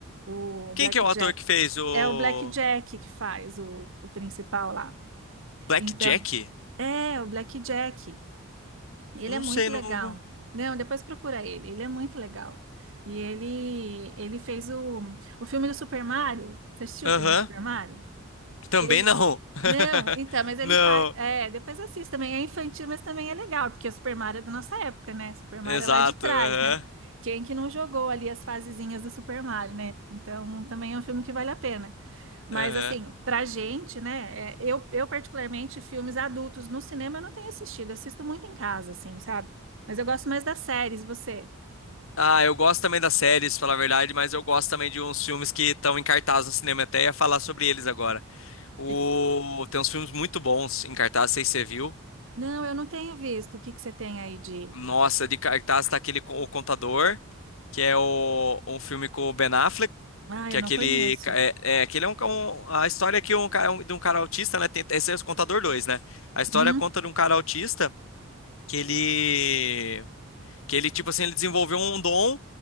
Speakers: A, on the right; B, on the left.
A: O Black
B: Quem que é o
A: Jack.
B: ator que fez o
A: É o Black Jack que faz o, o principal lá.
B: Blackjack?
A: Então, é o Black Jack. Ele
B: Não
A: é muito
B: sei,
A: legal.
B: não.
A: Não, depois procura ele. Ele é muito legal. E ele ele fez o, o filme do Super Mario. Você assistiu
B: Aham.
A: o filme do Super Mario?
B: Também
A: Ele
B: não. <laughs>
A: Não, então, mas ele
B: Não.
A: faz, é, depois assiste também. É infantil, mas também é legal, porque o Super Mario é da nossa época, né? Super Mario
B: Exato.
A: é lá de trás,
B: Aham.
A: né? Quem que não jogou ali as fasezinhas do Super Mario, né? Então, também é um filme que vale a pena. Mas
B: Aham.
A: assim, pra gente, né? é, Eu, eu particularmente, filmes adultos no cinema eu não tenho assistido, assisto muito em casa, assim, sabe? Mas eu gosto mais das séries, e você?
B: Ah, eu gosto também das séries, falar a verdade, mas eu gosto também de uns filmes que estão em cartaz no cinema. Até ia falar sobre eles agora. O...
A: E-
B: Tem uns filmes muito bons em cartaz, não sei se você viu.
A: Não, eu não tenho visto. O que que você tem aí de.
B: Nossa, de cartaz tá aquele co- O Contador, que é o... um filme com o Ben Affleck,
A: Ah,
B: que
A: eu
B: é
A: não
B: aquele.
A: conheço.
B: ca- É, é, aquele é um, um- A história que um, cara- um- de um cara autista, né? tem- Esse é o Contador 2, né? A história
A: Uhum,
B: conta de um cara autista que ele. Que ele, tipo assim, ele desenvolveu um dom